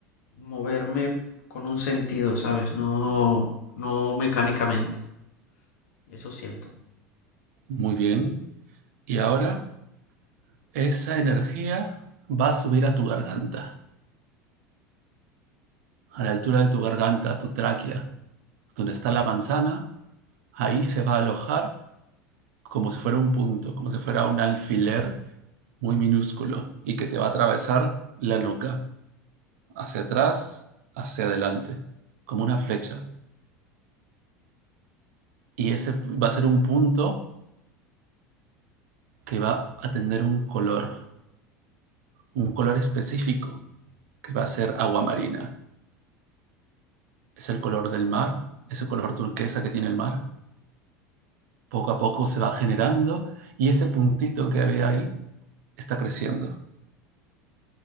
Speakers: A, on the left; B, on the right.
A: moverme con un sentido, ¿sabes? No, no mecánicamente. Eso siento.
B: Muy bien. Y ahora esa energía va a subir a tu garganta. a la altura de tu garganta, tu tráquea, donde está la manzana, ahí se va a alojar como si fuera un punto, como si fuera un alfiler muy minúsculo y que te va a atravesar la nuca, hacia atrás, hacia adelante, como una flecha. Y ese va a ser un punto que va a tener un color, un color específico, que va a ser agua marina. Es el color del mar, es el color turquesa que tiene el mar, poco a poco se va generando y ese puntito que había ahí está creciendo,